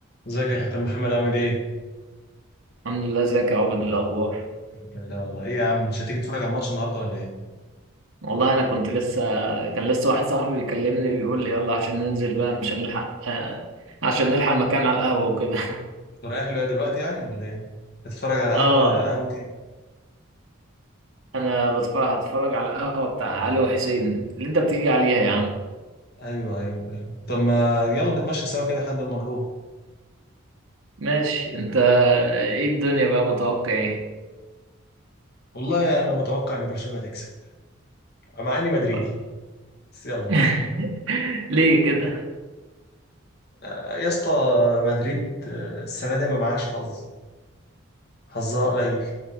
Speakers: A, on the left (about 50°); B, on the right (about 70°).
A: ازيك يا كابتن محمد عامل ايه؟
B: الحمد لله ازيك يا عبد إيه الاخبار
A: الحمد لله والله ايه يا عم مش هتيجي تتفرج على الماتش النهارده ولا ايه؟
B: والله انا كنت لسه كان لسه واحد صاحبي بيكلمني بيقول لي يلا عشان ننزل بقى مش هنلحق آه، عشان نلحق مكان على القهوه وكده
A: انت رايح له دلوقتي يعني ولا ايه؟ هتتفرج
B: <laughs>
A: على
B: اه
A: قهوه قهوه ايه؟
B: انا بتفرج هتفرج على القهوه بتاع علي وحسين اللي انت بتيجي عليها يا عم
A: ايوه ايوه ايوه طب ما يلا نتمشى سوا كده لحد ما نروح
B: ماشي انت ايه الدنيا بقى متوقع ايه
A: والله يعني انا متوقع ان برشلونه تكسب مع اني مدريدي
B: برضه؟
A: بس يلا
B: <laughs> ليه كده
A: آه، يا اسطى مدريد آه، السنه دي ما معهاش حظ حظها قليل